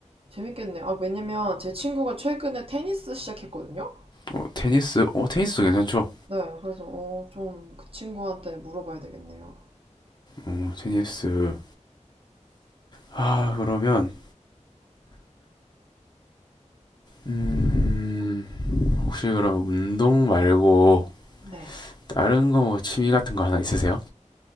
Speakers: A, on the right (about 50°); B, on the left (about 35°).
A: 재밌겠네. 아, 왜냐면 제 친구가 최근에 테니스 시작했거든요?
B: 어 테니스? 어 테니스도 괜찮죠?
A: 네, 그래서, 어, 좀 그 친구한테 물어봐야 되겠네요.
B: 어 테니스. 아 그러면 음 혹시 그럼 운동 말고
A: 네.
B: 다른 거 뭐 취미 같은 거 하나 있으세요?